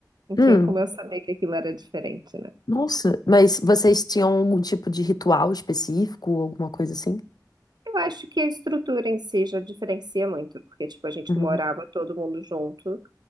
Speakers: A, on the right; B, on the left.
A: Não
B: Hum,
A: tinha como eu saber que aquilo era diferente, né?
B: nossa, mas vocês tinham algum tipo de ritual específico, alguma coisa assim?
A: Eu acho que a estrutura em si já diferencia muito, porque, tipo, a gente
B: Uhum,
A: morava todo mundo junto.